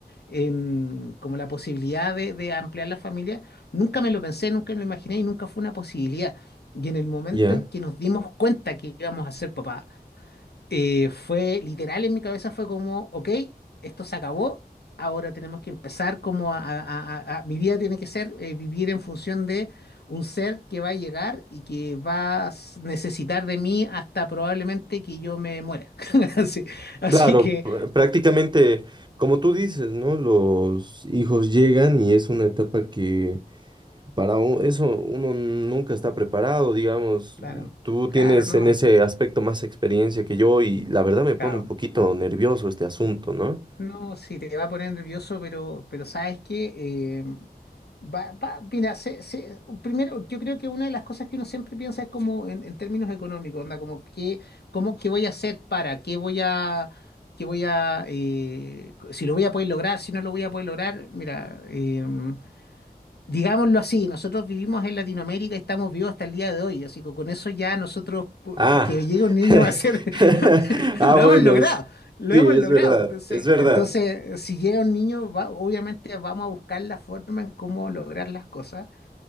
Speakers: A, on the left; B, on the right.
A: en como la posibilidad de, de ampliar la familia, nunca me lo pensé, nunca me lo imaginé y nunca fue una posibilidad. Y en el momento
B: ya.
A: en que nos dimos cuenta que íbamos a ser papás, eh, fue literal en mi cabeza fue como, ok, esto se acabó, ahora tenemos que empezar como a, a- a- a- a- mi vida tiene que ser eh, vivir en función de un ser que va a llegar y que va a s- necesitar de mí hasta probablemente que yo me muera. <laughs> Así, así
B: Claro,
A: que,
B: pr- prácticamente, como tú dices, ¿no? Los hijos llegan y es una etapa que para u- eso uno nunca está preparado, digamos.
A: claro,
B: Tú
A: claro,
B: tienes
A: no,
B: en ese aspecto más experiencia que yo y la verdad me
A: claro.
B: pone un poquito nervioso este asunto, ¿no?
A: No, sí, te va a poner nervioso, pero, pero sabes que va, va- mira, se- se- primero yo creo que una de las cosas que uno siempre piensa es como en, en términos económicos, onda, como qué, cómo, qué voy a hacer para, qué voy a, qué voy a, eh, si lo voy a poder lograr, si no lo voy a poder lograr, mira, em, Digámoslo así, nosotros vivimos en Latinoamérica y estamos vivos hasta el día de hoy, así que con eso ya nosotros, pu-
B: Ah,
A: pu- que llegue un
B: <laughs>
A: niño va a ser, <laughs>
B: ah,
A: lo
B: bueno,
A: hemos logrado,
B: s-
A: lo
B: sí,
A: hemos
B: es
A: logrado.
B: verdad,
A: Entonces,
B: es verdad.
A: entonces si llega un niño, va- obviamente vamos a buscar la forma en cómo lograr las cosas,